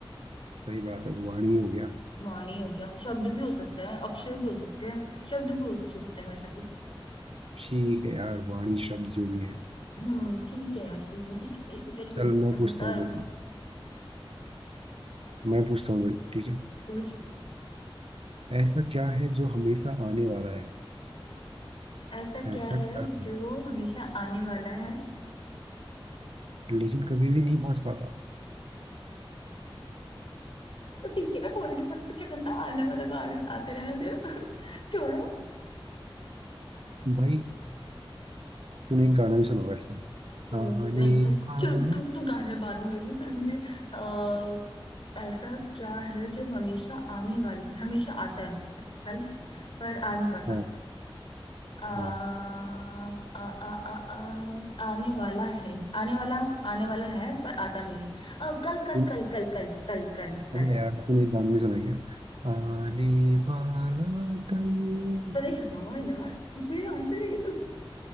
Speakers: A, on the right (about 85°); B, on the left (about 65°).
A: सही बात है वाणी हो गया
B: वाणी हो गया शब्द भी हो सकता है अक्षर भी हो सकते हैं शब्द भी हो सकते हैं वैसे तो
A: ठीक है यार वाणी शब्द जो भी है
B: हम्म ठीक है वैसे मैं ठीक है वेरी गुड
A: चल मैं
B: समझदार
A: पूछता हूँ
B: हूँ
A: तेरे को मैं पूछता हूँ तेरे को, ठीक है
B: पूछ
A: ऐसा क्या है जो हमेशा आने वाला है
B: ऐसा
A: ऐसा
B: क्या है
A: क्या है
B: जो हमेशा आने वाला है
A: लेकिन कभी भी नहीं पहुंच पाता
B: तो ठीक है ना पॉजिटिव पता तो क्या करना आने वाला को आने आते रहने दो <laughs> छोड़ो
A: भाई तूने एक गाना भी सुना होगा इस पे
B: तो
A: आने
B: नहीं तो
A: वाला
B: जो तू तो गाने बाद में बोलेगी पर मुझे आ, ऐसा क्या है जो हमेशा आने वाला है हमेशा आता है राइट पर आ नहीं पाता
A: हाँ
B: आ, आ,
A: हाँ
B: आ, आ, आ, आने वाला है आने वाला आने वाला है पर आता नहीं है अ, कल कल
A: तू-
B: कल कल कल कल कल कल
A: अबे यार तूने एक गाना भी सुना है क्या आने वाला कल
B: अरे हाँ यार इसमें आंसर है ये तो।